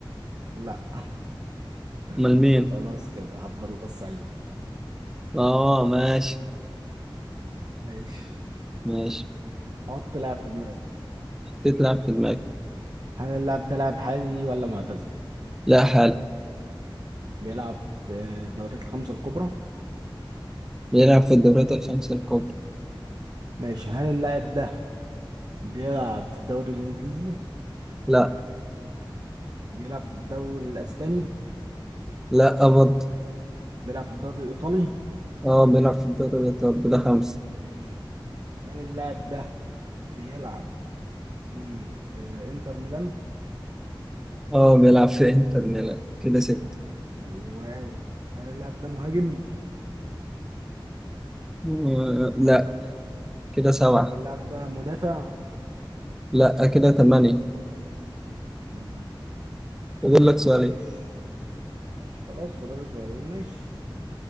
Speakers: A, on the right; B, in the centre.
A: لا
B: أمال
A: <laughs>
B: مين
A: خلاص كده عبد الله السعيد
B: اه ماشي
A: ماشي
B: ماشي
A: حط لاعب في دماغك
B: تتلعب في دماغي
A: هل اللاعب ده لاعب حالي ولا معتزل
B: لا حال
A: بيلعب في الدوريات الخمسة الكبرى
B: بيلعب في الدوريات الخمسة الكبرى
A: ماشي هل اللاعب ده بيلعب في الدوري الانجليزي
B: لا
A: بيلعب في الدوري الاسباني
B: لا برضه
A: بيلعب في الدوري الايطالي
B: اه بيلعب في الدوري الإيطالي كده خمسة
A: ماشي هل اللاعب ده بيلعب في آه، انتر ميلان
B: اه بيلعب في انتر ميلان كده ستة
A: حلو أوي هل اللاعب ده مهاجم؟
B: آه لا كده سبعة
A: هل اللاعب ده مدافع؟
B: لا كده ثمانية
A: مم.
B: فاضل لك سؤالين
A: ماشي ماشي خلاص فاضل سؤالين ماشي